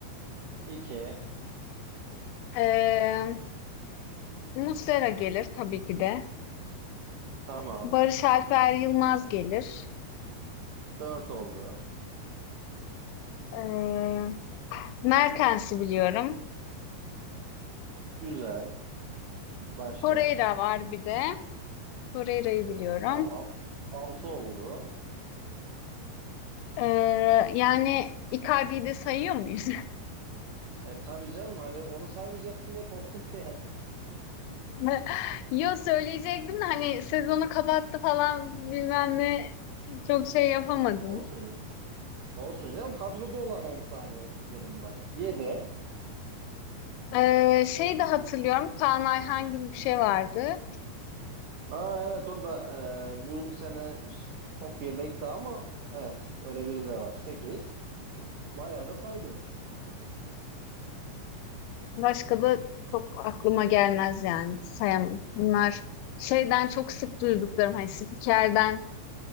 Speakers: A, on the right (about 85°); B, on the left (about 85°).
A: iki
B: Ee, Muslera gelir tabii ki de.
A: tamam
B: Barış Alper Yılmaz gelir.
A: dört oldu.
B: Ee, Mertens'i biliyorum.
A: Güzel. Başka?
B: Torreira var bir de. Torreira'yı biliyorum.
A: Tamam 6 oldu.
B: Ee, yani Icardi'yi de sayıyor muyuz?
A: E tabii canım hani onu saymayacaksın diye korktum <laughs> bir an.
B: <laughs> Yo söyleyecektim de hani sezonu kapattı falan bilmem ne çok şey yapamadım.
A: Olsun Olsun canım kadroda olan 10 tane dedim ben. yedi.
B: Ee, şey de hatırlıyorum Kaan Ayhan gibi bir şey vardı.
A: Aa evet o da e, bu sene çok yedekti ama evet öyle biri de var. sekiz Bayağı da saydın.
B: Başka da çok aklıma gelmez yani sayamam. Bunlar şeyden çok sık duyduklarım hani spikerden